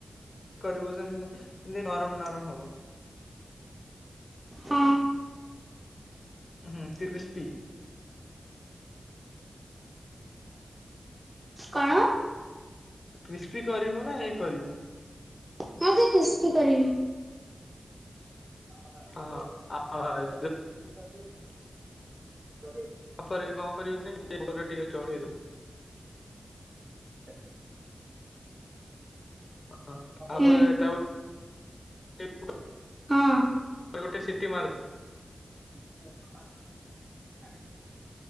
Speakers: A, on the left; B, on the right.
A: କରିବୁ ନରମ ନରମ ହବ।
B: ହଁ
A: ହୁଁ କ୍ରିସ୍ପିପି
B: କଣ?
A: କ୍ରିସ୍ପି କରିବୁ ନା ଏ କରିବୁ।
B: ହଁ ସେ କିସ୍ତି କରିବି। ହ
A: ହଁ
B: ଯେଉଁ
A: ଆଉ
B: ତା ପରେ କଣ କରିବୁ କହନି
A: ତାପରେ କଣ କରିବୁନିର ଟିକେ ଚଳେଇ ଦବୁ
B: <inaudible>
A: ହଁ ତାପରେ
B: ହୁଁ।
A: ତା <inaudible>
B: ହଁ
A: ଗୋଟେ ସିଟି ମାର୍
B: <inaudible>